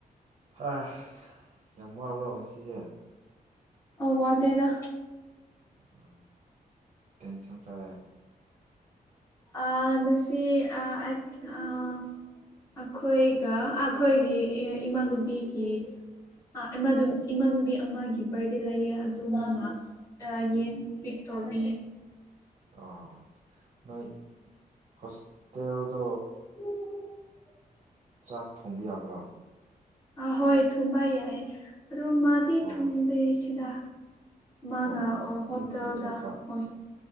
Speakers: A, on the right (about 40°); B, on the left (about 20°).
A: ꯍꯥ ꯌꯥꯝ ꯋꯥꯕ꯭ꯔꯣ ꯉꯁꯤꯁꯦ
B: ꯑꯋꯥꯗꯦꯗ
A: ꯑ ꯇꯦꯟꯁꯟ ꯆꯔꯦ
B: ꯑ ꯅꯥꯁꯤ ꯑ <unintelligible> ꯑꯩꯈꯣꯏꯒ ꯑꯩꯈꯣꯏꯒꯤ ꯏꯃꯥꯟꯅꯨꯕꯤꯒꯤ <unintelligible> ꯏꯃꯥꯟꯅꯨꯕꯤ ꯑꯃꯒꯤ ꯕꯥꯔꯗꯦ ꯂꯩꯌꯦ ꯑꯗꯨ ꯃꯥꯅ ꯑꯌꯦꯡ ꯄꯤꯛ ꯇꯧ <unintelligible>
A: ꯑꯣ ꯅꯣꯏ ꯍꯣꯁꯇꯦꯜꯗꯣ
B: <unintelligible>
A: ꯆꯥꯛ ꯊꯣꯡꯕ ꯌꯥꯕ꯭ꯔꯥ
B: ꯑꯥ ꯍꯣꯏ ꯊꯨꯝꯕ ꯌꯥꯏ ꯑꯗꯣ ꯃꯥꯗꯤ
A: ꯑꯣ
B: ꯊꯨꯝꯗꯦ ꯁꯤꯗ ꯃꯥꯅ
A: ꯑꯣ ꯑꯣ
B: ꯍꯣꯇꯦꯜꯗ
A: ꯌꯨꯝꯗꯒꯤ ꯄꯨꯔꯛꯄ
B: ꯍꯣꯏ